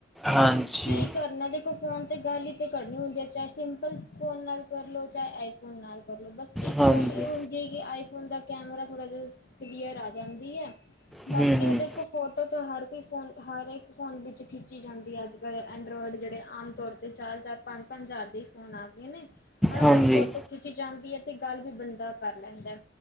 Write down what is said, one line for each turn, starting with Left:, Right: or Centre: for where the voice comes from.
Centre: ਹਾਂਜੀ
Left: ਕੀ ਕਰਨਾ ਦੇਖੋ ਫੋਨ ਤੇ ਗੱਲ ਹੀ ਤੇ ਕਰਨੀ ਹੁੰਦੀ ਹੈ ਚਾਹੇ ਸਿੰਪਲ ਫੋਨ ਨਾਲ ਕਰਲੋ ਚਾਏ ਅਇੰਫੋਨ ਨਾਲ ਕਰਲੋ ਬਸ ਇਕ
Centre: ਹਾਂਜੀ
Left: ਗੱਲ ਏ ਹੁੰਦੀ ਏ ਕੀ ਅਇੰਫੋਨ ਦਾ ਕੈਮਰਾ ਥੋੜਾ ਕਲੀਅਰ ਆ ਜਾਂਦੀ ਹੈ, ਬਾਕੀ
Centre: ਹੂੰ ਹੂੰ
Left: ਤੇ ਦੇਖੋ ਫੋਟੋ ਤੋਂ ਹਰ ਕੋਈ ਫੋਨ ਹਰ ਇੱਕ ਫੋਨ ਵਿੱਚ ਠੀਕ ਰੱਚੀ ਜਾਂਦੀ ਐ, ਅੱਜ ਕੱਲ ਐੰਡਰਾਇਡ ਜਿਹੜੇ ਆਮ ਤੌਰ ਤੇ ਚਾਰ-ਚਾਰ, ਪੰਜ-ਪੰਜ ਹਜ਼ਾਰ ਦੇ ਫੋਨ ਆ ਗਏ ਨੇ ਉਹਨਾ
Centre: ਹਾਂਜੀ
Left: ਦੀ ਵੀ ਫੋਟੋ ਖਿੱਚੀ ਜਾਂਦੀ ਹੈ ਤੇ ਗੱਲ ਵੀ ਬੰਦਾ ਕਰ ਲੈਂਦਾ